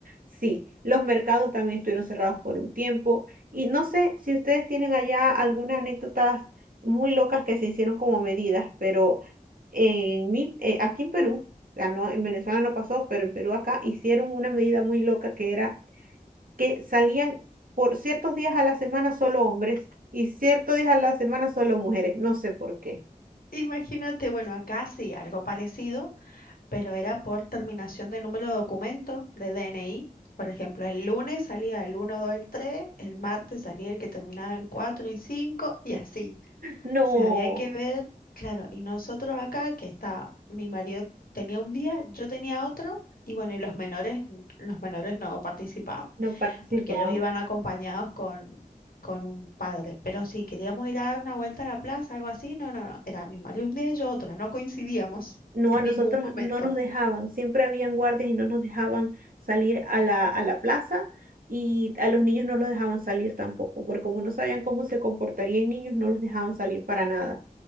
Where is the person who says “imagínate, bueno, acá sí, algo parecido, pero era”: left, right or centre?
Left